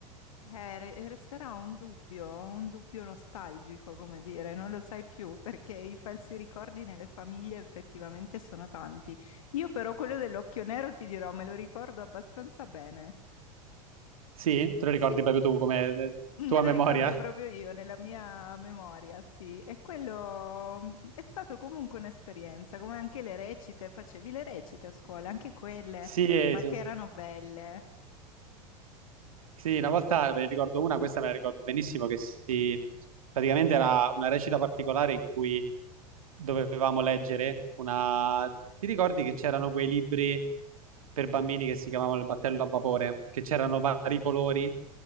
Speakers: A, on the left; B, on the right.
A: Eh, re- resterà un dubbio, un dubbio nostalgico, come dire, non lo sai più perché i falsi ricordi nelle famiglie effettivamente sono tanti. Io però quello dell'occhio nero ti dirò, me lo ricordo abbastanza bene.
B: Sì? Te lo ricordi
A: Sì,
B: proprio tu come eh,
A: me
B: tua
A: lo
B: memoria?
A: ricordo proprio io nella mia memoria, sì. E quello mm, è stato comunque un'esperienza, come anche le recite, facevi le recite a scuola, anche quelle,
B: Sì,
A: ma
B: sì.
A: che erano belle.
B: Sì, una volta ve ne ricordo una, questa me la ricordo benissimo, che si... praticamente era una recita particolare in cui dovevamo leggere una... Ti ricordi che c'erano quei libri per bambini che si chiamavano il battello a vapore, che c'erano vari colori